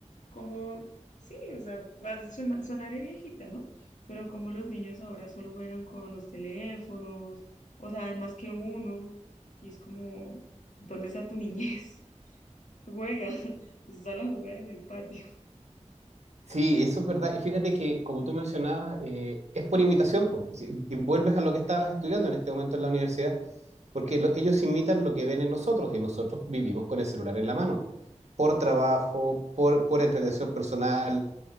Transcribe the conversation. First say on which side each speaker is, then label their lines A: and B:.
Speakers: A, on the left (about 85°); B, on the right (about 65°).
A: cómo, sí, o sea, al- sona- sonaré viejita, ¿no? Pero como los niños ahora solo juegan con los teléfonos, o sea, hay más que uno, y es como, ¿dónde está tu niñez? <laughs> Juega, <laughs> sal a jugar en el patio.
B: Sí, eso es verdad. Y fíjate que, como tú mencionabas, eh, es por imitación. po. Si- Y vuelves a lo que estabas estudiando en este momento en la universidad, porque lo- ellos imitan lo que ven en nosotros y nosotros vivimos con el celular en la mano, por trabajo, por, por entretención personal,